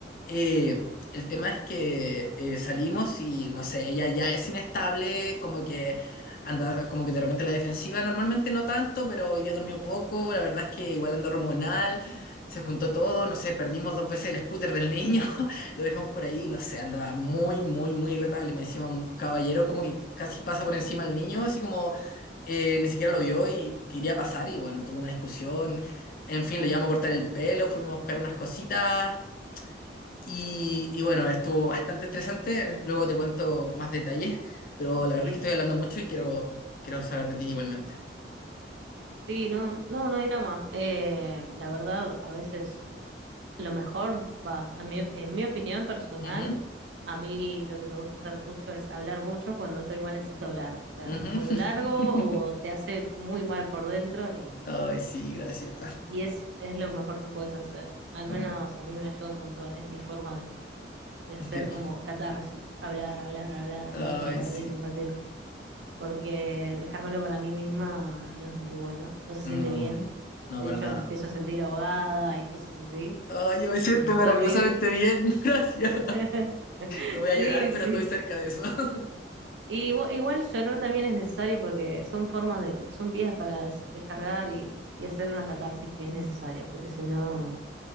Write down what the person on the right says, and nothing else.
oh,
sí,
sí.
Sí, no, no, no hay drama. Eh, la verdad, a veces Lo mejor, va, a mí, en mi opinión personal,
a mí lo que me gusta hacer mucho es hablar mucho. Cuando estoy mal necesito hablar. O sea,
o lo largo o
te hace muy mal por dentro y,
y es, es lo mejor que puedes hacer. Al menos
a mí me ayuda un montón. Es mi forma de, de hacer
como catarsis. Hablar, hablar, hablar, hablar,
compartir,
compartir. Porque dejármelo para mí misma no es muy bueno. No se siente
bien.
De
hecho,
me empiezo a sentir ahogada y cosas así.
Y es
horrible.
<laughs>
Sí,
sí.
Y igu- igual, llorar también es necesario porque son formas de, son vías para des- descargar y, y hacer una catarsis que es necesaria, porque si no,